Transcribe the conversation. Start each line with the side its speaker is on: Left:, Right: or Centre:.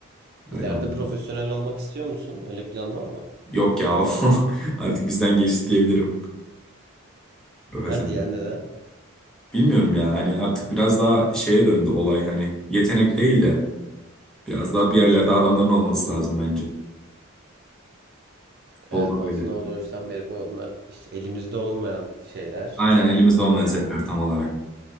Right: İleride
Centre: Öyle oldu.
Right: profesyonel olmak istiyor musun? Öyle planın var mı?
Centre: Yok ya o <laughs> artık bizden geçti diyebilirim. Profesyonel.
Right: Hadi ya neden?
Centre: Bilmiyorum ya hani artık biraz daha şeye döndü olay hani yetenek değil de biraz daha bir yerlerde adamların olması lazım bence. Futbolda
Right: Evet aslında
Centre: böyle.
Right: o doğuştan beri bu onlar hiç elimizde olmayan şeyler.
Centre: Aynen elimizde olmayan
Right: Ee,
Centre: zevkler tam olarak.